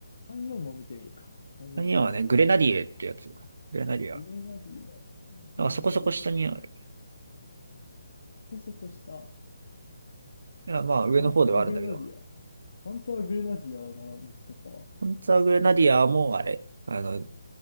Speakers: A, on the left; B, on the right.
A: 34も見てみるか。34はどこだ
B: 34はね、グレナディエってやつ。グレナディア。
A: グレナディア、
B: だからそこそこ下にある。
A: グレナディア、そこそこした。
B: いや、まあ上の方ではあるんだけど。
A: パンツァーグレナディア。パンツァーグレナディアなら見つけたわ。
B: 本当はグレナディアもあれ。あの、